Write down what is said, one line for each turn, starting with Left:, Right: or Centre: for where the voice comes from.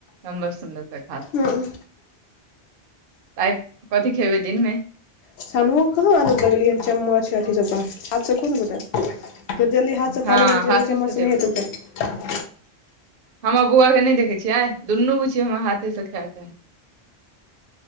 Right: बड़ सुन्दरसँ खाथ।
Left: हूं
Right: तइ कथि खेबै दिन मे।
Left: सानू ओके कहाँ आदत लगलिय हन चम्मच अथी चप्पा आबसँ कोन बताब। फे जल्दी हाथसँ
Right: हँ
Left: खी तऽ
Right: हाथे
Left: जल्दी चम्मच
Right: से देबे
Left: नहि हेतै
Right: के छै
Left: तरा।
Right: हमर बौआ के नहि देखे छियै दुनू गुिय हमरा हाथे से खायत